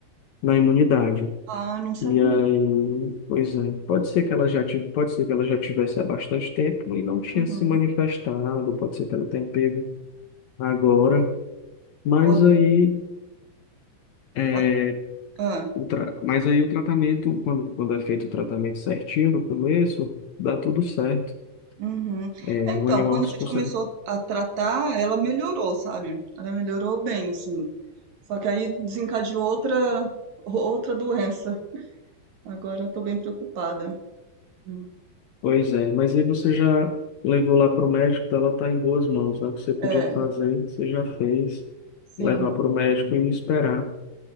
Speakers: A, on the left (about 70°); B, on the right (about 60°).
A: na imunidade.
B: ah, não sabia.
A: E aí, pois é, pode ser que ela já tive, pode ser que ela já tivesse há bastante tempo e não tinha
B: Uhum.
A: se manifestado, pode ser que ela tenha pego agora, mas
B: Pode,
A: aí é,
B: pode. Ah,
A: o tra- mas aí o tratamento, quando, quando é feito o tratamento certinho no começo, dá tudo certo.
B: uhum.
A: É,
B: É, Então,
A: o animal
B: quando
A: se
B: a gente
A: consegue.
B: começou a tratar, ela melhorou, sabe? Ela melhorou bem, assim. Só que aí desencadeou outra, outra doença. Agora eu tô bem preocupada. Hum.
A: Pois é, mas aí você já levou lá para o médico, então ela está em boas mãos, né? O que você podia
B: É.
A: fazer, você já fez,
B: Sim,
A: levar para o médico e esperar.